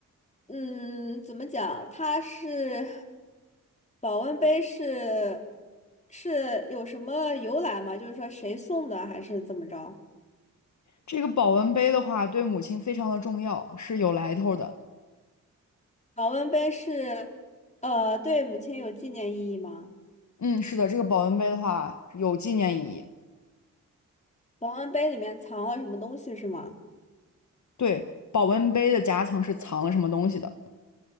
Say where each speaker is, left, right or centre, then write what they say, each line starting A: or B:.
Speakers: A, on the left; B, on the left.
A: 嗯，怎么讲？它是保温杯是是有什么由来吗？就是说谁送的，还是怎么着？
B: 这个保温杯的话，对母亲非常的重要，是有来头的。
A: 保温杯是，呃，对母亲有纪念意义吗？
B: 嗯，是的，这个保温杯的话有纪念意义。
A: 保温杯里面藏了什么东西是吗？
B: 对，保温杯的夹层是藏了什么东西的，